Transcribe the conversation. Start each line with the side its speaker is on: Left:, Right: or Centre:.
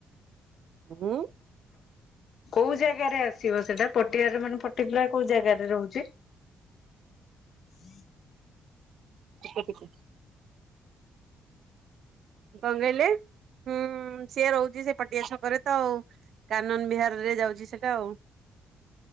Right: ହୁଁ।
Left: କୋଉ ଜାଗାରେ ଆସିବ ସେଟା ପଟିଆରେ ମାନେ ପଟି କୁଲାର କୋଉ ଜାଗାରେ ରହୁଛି? ହୁଁ <inaudible>
Right: ପିକ ପିକା <unintelligible> କଣ କହିଲେ ହୁଁ ସିଏ ରହୁଛି ସେ ପଟିଆ ଛକରେ ତ ଆଉ ଆନନ ବିହାର ରେ ଯାଉଛି ସେଇଟା ଆଉ